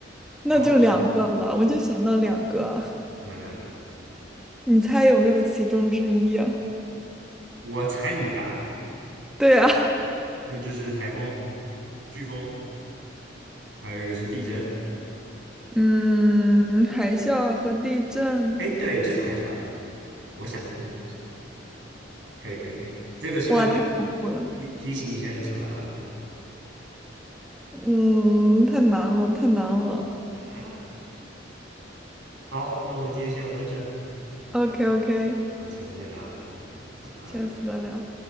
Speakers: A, in the centre; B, on the right (about 75°).
A: 那就两个了，
B: 台湾
A: 我就想到两个，
B: 哪两个？
A: 你猜有没有其中之一啊
B: 我猜你的啊，
A: <laughs> 对啊，
B: 那就是台风、飓风，还有一个是地震。
A: 嗯，海啸和地震，
B: 哎，对，就是海啸。我想的是海啸，嗯，可以可以可以，这个是不是
A: 哇，太恐怖了，
B: 提提醒一下就出来了？
A: 嗯，太难了，太难了。
B: 啊？好，那我们今天先玩到这儿，
A: OK OK，
B: 好，下次再聊，嗯，拜拜。
A: 下次再聊。